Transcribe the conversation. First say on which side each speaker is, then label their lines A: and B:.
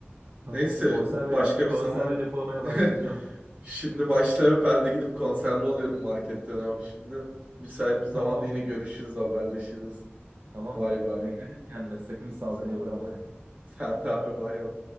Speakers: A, on the right; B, on the right.
A: Tamam.
B: Neyse
A: Konserve
B: başka
A: konserve
B: bir zaman.
A: depolamaya
B: <laughs>
A: başlayacağım.
B: Şimdi başta ben de gidip konserve alıyorum marketten abi şimdi. Müsait bir zamanda
A: <laughs> Tamam.
B: yine görüşürüz, haberleşiriz.
A: Tamam.
B: Bay bay.
A: Dikkat et kendine. Sakın bir saldırıya
B: Sen
A: uğrama.
B: de abi. Sen de abi bay bay.